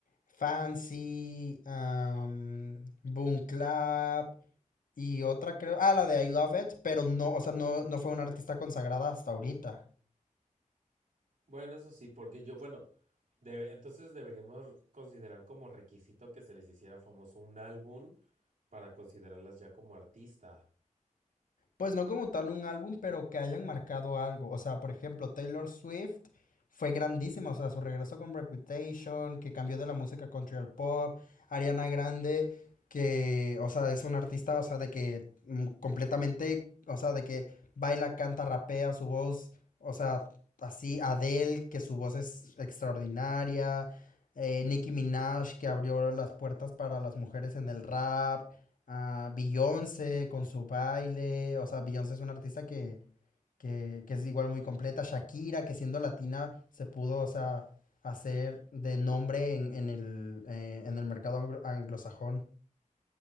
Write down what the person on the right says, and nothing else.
Bueno, eso sí, porque yo, bueno, debe- entonces deberíamos considerar como requisito que se les hiciera famoso un álbum para considerarlas ya como artista.